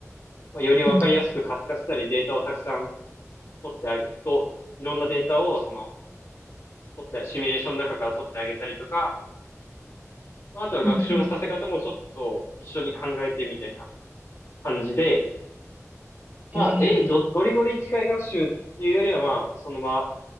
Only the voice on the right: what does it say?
うん、
うん、うん。
え